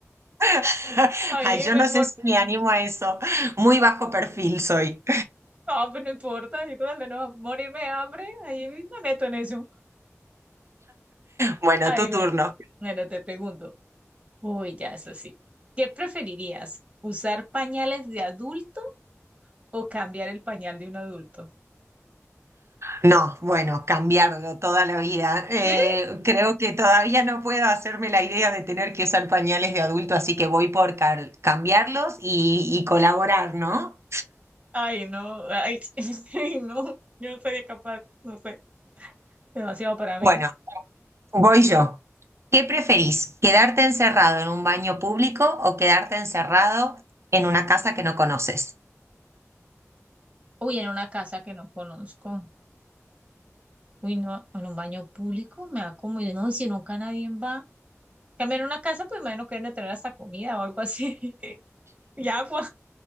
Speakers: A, on the right (about 60°); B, on the right (about 25°).
A: <laughs>
B: A
A: Ay,
B: irme
A: yo no sé
B: por...
A: si me animo a eso. Muy bajo perfil soy.
B: Ah, pues no importa, yo con tal de no morirme de hambre, ahí me meto en eso. Ah,
A: Bueno,
B: Ahí,
A: tu
B: bueno.
A: turno.
B: Bueno, te pregunto. Uy, ya es así. ¿Qué preferirías? ¿Usar pañales de adulto o cambiar el pañal de un adulto?
A: No, bueno, cambiarlo toda la vida. Eh,
B: ¿Sí?
A: creo que todavía no puedo hacerme la idea de tener que usar pañales de adulto, así que voy por car- cambiarlos y, y colaborar, ¿no?
B: Ay, no, ay, <laughs> no, yo no sería capaz, no sé. Demasiado para
A: Bueno,
B: mí.
A: voy yo. ¿Qué preferís? ¿Quedarte encerrado en un baño público o quedarte encerrado en una casa que no conoces?
B: Uy, en una casa que no conozco. Uy, no, en un baño público me da como, yo no, y si nunca nadie va. También en una casa, pues imagino que deben de tener hasta comida o algo así. <laughs> Y agua,